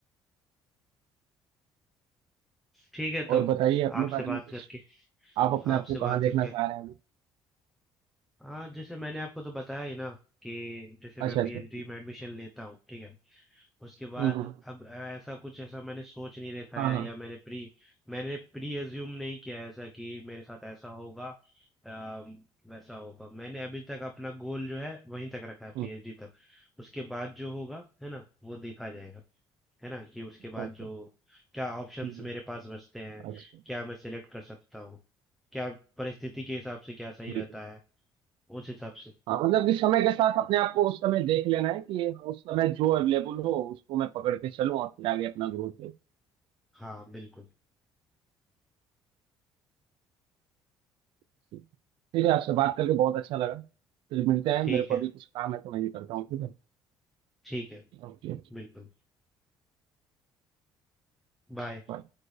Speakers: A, in the centre; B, on the right.
A: ठीक है
B: और
A: तब
B: बताइए अपने
A: आपसे
B: बारे में
A: बात
B: कुछ
A: करके
B: आप अपने आप
A: आपसे
B: को कहाँ
A: बात
B: देखना
A: करके
B: चाह रहे हैं अभी?
A: हाँ जैसे मैंने आपको तो बताया ही ना कि जैसे
B: अच्छा
A: मैं पीएचडी
B: अच्छा ठीक
A: में एडमिशन लेता हूँ ठीक है उसके बाद
B: है। हम्म हम्म
A: अब ऐसा कुछ ऐसा मैंने सोच नहीं रखा
B: हाँ
A: है
B: हाँ
A: या मैंने प्री मैंने प्री एज्यूम नहीं किया है ऐसा कि मेरे साथ ऐसा होगा या वैसा होगा मैंने अभी तक अपना गोल जो है वहीं तक रखा है
B: हम्म
A: पीएचडी तक उसके बाद जो होगा है ना वो देखा जाएगा है ना कि उसके बाद
B: ओके
A: जो क्या ऑप्शंस
B: हम्म हम्म,
A: मेरे पास बचते हैं
B: अच्छा
A: क्या मैं सिलेक्ट कर सकता हूँ क्या परिस्थिति के हिसाब से क्या सही
B: बिल्कुल
A: रहता है उस हिसाब से
B: हाँ मतलब कि समय के साथ अपने आप को उस समय देख लेना है कि हाँ, उस समय जो अवेलेबल हो उसको मैं पकड़ के चलूँ और फिर आगे अपना ग्रोथ
A: हाँ बिल्कुल
B: ठीक है। ठीक है आपसे बात करके बहुत अच्छा लगा फिर मिलते हैं
A: ठीक
B: मेरे को
A: है
B: अभी कुछ काम है तो मैं ये करता हूँ ठीक है
A: ठीक है
B: ओके
A: बिल्कुल बाय
B: बाय